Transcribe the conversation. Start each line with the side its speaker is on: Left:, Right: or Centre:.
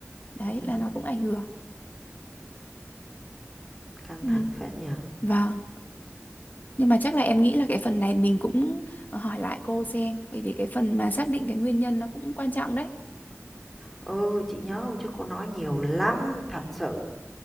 Left: đấy
Centre: ừm,
Left: là nó cũng ảnh hưởng
Centre: căng
Left: ừ.
Centre: thẳng phết nhờ
Left: vâng nhưng mà chắc là em nghĩ là cái phần này mình cũng ờ, hỏi lại cô xem bởi vì cái phần mà xác định cái nguyên nhân nó cũng quan trọng đấy
Centre: Ừ, chị nhớ không trước cô nói nhiều lắm, thật sự.